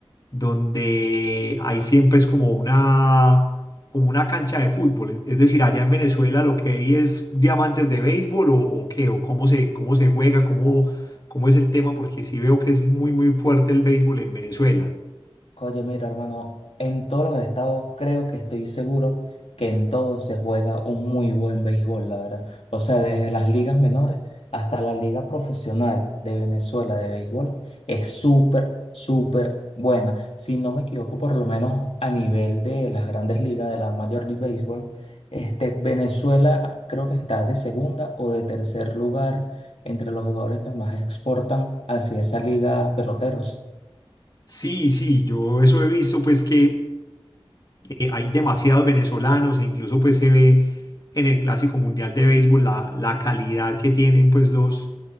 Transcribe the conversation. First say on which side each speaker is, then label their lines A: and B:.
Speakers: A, on the left; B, on the left.
A: donde hay siempre es como una, como una cancha de fútbol. Es es decir, allá en Venezuela lo que hay es diamantes de béisbol o, o qué, o cómo se, cómo se juega, cómo, cómo es el tema, porque sí veo que es muy, muy fuerte el béisbol en Venezuela.
B: Oye, mira, hermano, en todos los estados creo que estoy seguro que en todos se juega un muy buen béisbol, la verdad. O sea, desde las ligas menores hasta la liga profesional de Venezuela de béisbol es súper, súper buena. Si no me equivoco, por lo menos a nivel de las grandes ligas de la Major League Baseball, este, Venezuela creo que está de segunda o de tercer lugar entre los jugadores que más exportan hacia esa liga peloteros.
A: Sí, sí, yo eso he visto pues que eh, hay demasiados venezolanos e incluso pues se ve en el Clásico Mundial de Béisbol la, la calidad que tienen pues los,